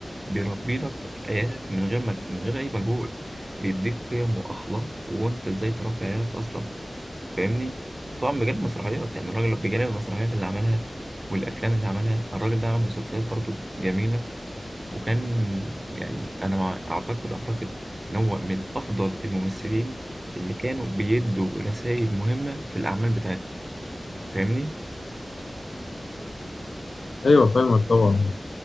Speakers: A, on the right; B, on the left.
A: بيربي لك عيالك من غير ما من غير اي مجهود بيديك قيم واخلاق وانت ازاي تربي عيالك اصلا فاهمني طبعا بجانب المسرحيات يعني الراجل بجانب المسرحيات اللي عملها والافلام اللي عملها الراجل ده عمل مسلسلات برضو جميله وكان يعني انا مع- اعتقد اعتقد ان هو من افضل الممثلين اللي كانوا بيدوا رسائل مهمه في الاعمال بتاعتهم فاهمني
B: ايوه فاهمك طبعا